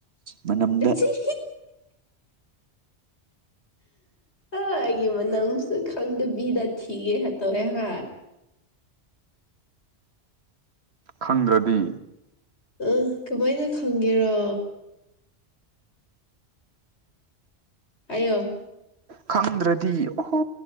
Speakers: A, on the right (about 65°); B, on the left (about 70°).
A: ꯃꯅꯝꯗ
B: ꯑꯆꯤ ꯑꯩꯒꯤ ꯃꯅꯪꯁꯨ ꯈꯪꯗꯕꯤꯗ ꯊꯤꯒꯦ ꯇꯧꯋꯦ ꯍꯥꯏ
A: ꯈꯪꯗ꯭ꯔꯗꯤ
B: ꯑ ꯀꯃꯥꯏꯅ ꯈꯪꯒꯦꯔꯣ ꯑꯌꯣ
A: ꯈꯪꯗ꯭ꯔꯗꯤ ꯑꯣꯍꯣ